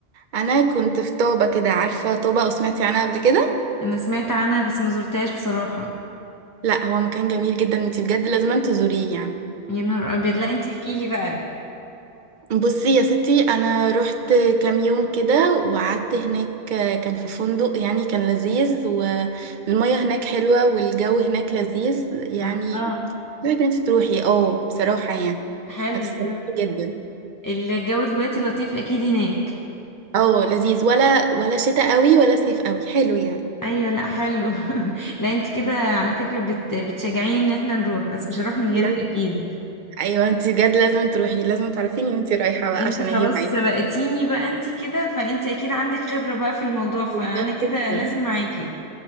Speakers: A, on the right (about 50°); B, on the left (about 20°).
A: انا كنت في طابه كده عارفه طابه او سمعتي عنها قبل كده
B: انا سمعت عنها بس ما زرتهاش بصراحة
A: لا هو مكان جميل جدا انتي بجد لازم تزوريه يعني
B: يا نهار ابيض لا انت احكيلي بقى
A: بصي يا ستي انا رحت كام يوم كده وقعدت هناك كان في فندق يعني كان لذيذ والمية هناك حلوة والجو هناك لذيذ يعني
B: الله
A: محتاجة انت تروحي اه بصراحة يعني
B: حلو
A: هتستمتعي
B: حلو
A: جدا
B: الجو دلوقتي لطيف اكيد هناك
A: اه لذيذ ولا ولا شتاء قوي ولا صيف قوي حلو يعني
B: ايوه لا حلو <laughs> لا انت كده
A: <laughs>
B: على فكرة بت... بتشجعيني ان احنا نروح بس مش هروح من غيرك
A: لازم
B: اكيد
A: ايوه انت بجد لازم تروحي لازم تعرفيني وانت رايحة بقى
B: انت
A: عشان اجي
B: خلاص
A: معاكي
B: سبقتيني بقى انت كده فانت اكيد عندك خبرة بقى في الموضوع فانا
A: بالظبط
B: كده
A: كده
B: لازم معاكي